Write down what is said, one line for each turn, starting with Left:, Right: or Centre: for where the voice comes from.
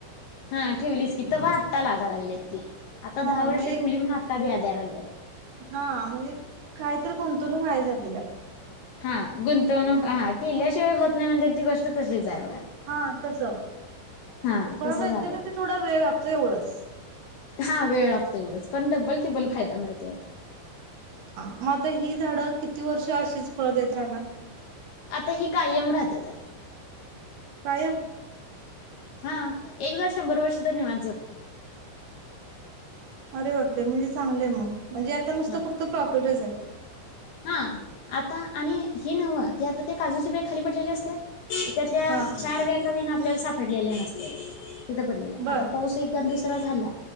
Left: हा ठेवलीस की ते आत्ता लागा लागलीत ती आता
Right: हा
Left: दहा
Right: मग
Left: वर्ष
Right: एक
Left: ठेवली म्हणून आत्ता ब्या द्याय लागल्यात
Right: हा म्हणजे कायत गुंतवणूक आहे झाातली त्या
Left: हा गुंतवणूक हा केल्ल्याशिवाय होत नाही म्हणे ती गोष्ट तशीच आहे बघा
Right: हा तस
Left: हा
Right: पण
Left: तसं झालंय
Right: ते म्हण ते थोडा वेळ लागतो एवढंच
Left: हा वेळ लागतो एवढंच पण बल ति्बल फायदा मिळतोय आता
Right: हा मग आता ही झाडं किती वर्ष अशीच पळ देत राहणार
Left: आता ही कायम राहते आहे
Right: काय
Left: हा एक जर शंभर वर्ष तर निवच जगते
Right: अरे बापरे म्हणजे चांगले आहे मग म्हणजे आता नुसतं
Left: हा
Right: फक्त प्रॉफिटच आहे
Left: हा आता आणि हे नवं ते आता ते काजूचे बॅग खाली पडलेले असतात त्यातल्या
Right: हा
Left: चार व्याखावीना आपल्याला सापडलेले नसते तिथं पडलेल्या
Right: बर
Left: आता पाऊस एक दुसरा झाला